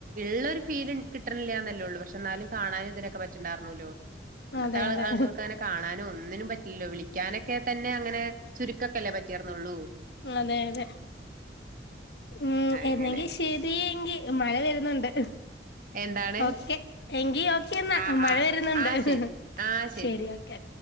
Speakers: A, on the right; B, on the left.
A: ഉള്ള ഒരു ഫീല് കിട്ടണില്ല എന്നല്ലേള്ളൂ പക്ഷെ എന്നാലും കാണാനും ഇതിനൊക്കെ പറ്റണ്ടായിർന്നൂല്ലോ അന്നത്തെ
B: അതെ
A: ആ
B: അതെ
A: ആളുകൾക്കങ്ങനെ കാണാനും ഒൻ - ന്നിനും പറ്റില്ലല്ലോ വിളിക്കാനൊ- ഒക്കെ തന്നെ അങ്ങനെ ചുരുക്കൊക്കെ അല്ലേ പറ്റിയിറന്നള്ളൂ
B: അതെ അതെ ഉം
A: അങ്ങനെ
B: എന്നെങ്കിൽ ശരിയെങ്കിൽ മഴ വരുന്നു- ണ്ട്
A: എന്താണ്
B: ഓക്കെ എങ്കി ഓക്കെന്നാ
A: ആഹ്
B: മഴ
A: ആഹ്
B: വരുന്നുണ്ട്
A: ആഹ് ശരി ആഹ്
B: ശരി ഓക്കെ.